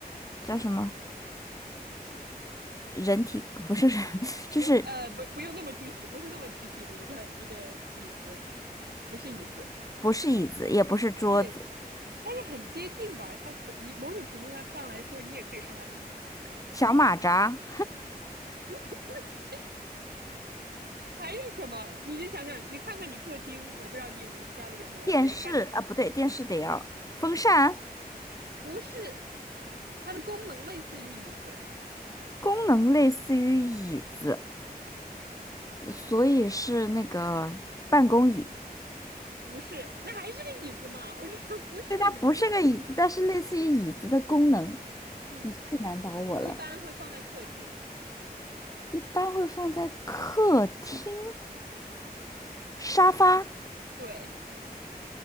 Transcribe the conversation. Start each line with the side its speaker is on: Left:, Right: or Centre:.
Left: 叫什么？人体不是人，<laughs> 就是
Right: 不呃不不用那么具体，不是那么具体的一个一个椅子，不是椅子，
Left: 不是椅子，也不是桌子，
Right: 对，但是很接近吧？它可以某种程度上上来说，你也可以说它是椅子。<laughs>
Left: 小马扎、
Right: 但是还有什么？你就想想，你看看你客厅，我不知道你有没有家里有没有，
Left: 电视啊，
Right: 但你看你客
Left: 不对，电视得要风扇，
Right: 不是它的功能类似于椅子，
Left: 功能类似于椅子，所以是那个办公椅。
Right: 不是，那还是个椅子嘛？我说不是个椅子，
Left: 对，它不是个椅子，
Right: <laughs>
Left: 但是类似于椅子的功能。
Right: 嗯，
Left: 你这个难倒我了，
Right: 一般会放在客厅，
Left: 一般会放在客厅沙发。<laughs>
Right: 对。